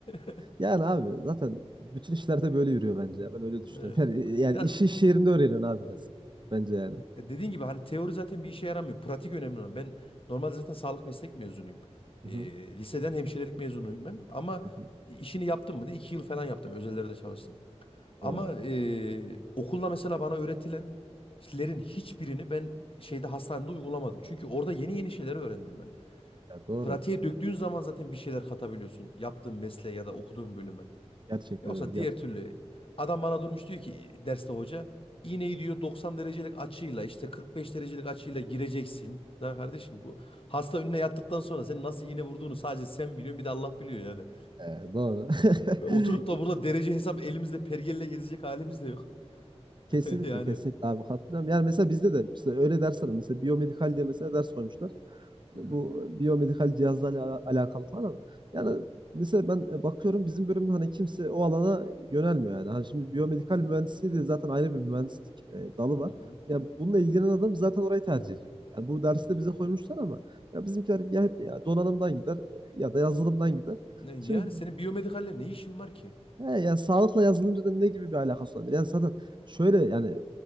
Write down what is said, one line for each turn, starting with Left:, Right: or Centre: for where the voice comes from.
Left: <laughs>
Right: Yani abi zaten bütün işlerde böyle yürüyor bence ya. Ben öyle düşünüyorum.
Left: Evet.
Right: Yani, yani
Left: Ya,
Right: işi iş yerinde öğreniyorsun abi biraz. Bence yani.
Left: ya dediğin gibi hani teori zaten bir işe yaramıyor. Pratik önemli olan. Ben normalde zaten sağlık meslek mezunuyum.
Right: Hı
Left: E,
Right: hı.
Left: liseden hemşirelik mezunuyum ben. Ama
Right: Hı hı.
Left: işini yaptım mı diye iki yıl falan yaptım. Özellerde çalıştım. Ama
Right: Doğru.
Left: e, okulda mesela bana öğretilenlerin hiçbirini ben şeyde hastanede uygulamadım. Çünkü orada yeni yeni şeyler öğrendim ben.
Right: Ya doğru.
Left: Pratiğe döktüğün zaman zaten bir şeyler katabiliyorsun yaptığın mesleğe ya da okuduğun bölüme.
Right: Gerçekten
Left: Yoksa
Right: öyle. Gerçekten.
Left: diğer türlü adam bana durmuş diyor ki derste hoca iğneyi diyor 90 derecelik açıyla işte 45 derecelik açıyla gireceksin. Ya kardeşim bu hasta önüne yattıktan sonra senin nasıl iğne vurduğunu sadece sen biliyorsun bir de Allah biliyor yani.
Right: Ee, doğru. <laughs>
Left: Ee, Oturup da
Right: Ke-
Left: burada derece hesap elimizde pergelle gezecek halimiz de yok.
Right: Kesinlikle
Left: <laughs> Yani
Right: kesinlikle abi katılıyorum. Yani mesela bizde de işte öyle dersler var. mesela biyomedikal diye mesela ders koymuşlar. Bu
Left: Hı hı.
Right: biyomedikal cihazlarla ala- alakalı falan ama yani mesela ben e, bakıyorum bizim bölümde hani kimse o alana yönelmiyor yani. Hani şimdi biyomedikal mühendisliği de zaten ayrı bir mühendislik e, dalı var.
Left: Hı hı.
Right: Ya bununla ilgilenen adam zaten orayı tercih ediyor. Yani bu dersi
Left: Evet.
Right: de bize koymuşlar ama ya bizimkiler ya hep ya donanımdan gider e, ya da yazılımdan gider.
Left: Ne, yani
Right: Şimdi
Left: senin biyomedikalle ne işin var ki?
Right: He, yani sağlıkla yazılımcı da ne gibi bir alakası olabilir? Yani zaten şöyle yani